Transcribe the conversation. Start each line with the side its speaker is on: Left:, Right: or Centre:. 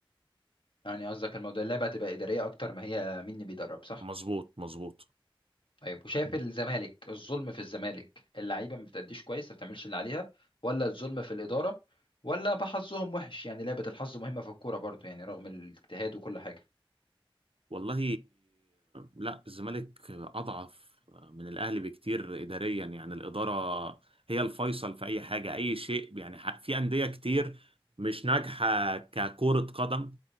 Left: يعني قصدك الموضوع اللعبة هتبقى إدارية اكتر ما هي مين اللي بيدرب صح
Right: مظبوط مظبوط
Left: طيب وشايف الزمالك الظلم في الزمالك اللعيبه ما بتأديش كويس ما بتعملش اللي عليها ولا الظلم في الاداره ولا بحظهم وحش يعني لعبه الحظ مهمه في الكوره برضو يعني رغم الاجتهاد وكل حاجه
Right: والله لا الزمالك أضعف من الأهلي بكتير إداريا يعني الإدارة هي الفيصل في أي حاجة أي شيء يعني ح- في أندية كتير مش ناجحة ككرة قدم